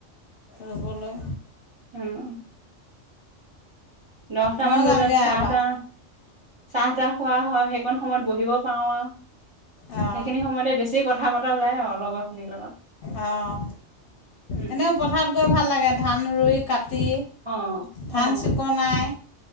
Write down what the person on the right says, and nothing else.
উম। দহটামান
বজাত
চাহ-তাহ
চাহ-তাহ খোৱা হয়। সেইকণ সময়ত বহিব পাৰো আৰু
সেইখিনি সময়তে বেছি কথা পতা যায়। অ', লগৰখিনিৰ লগত,
উম।
অ
অ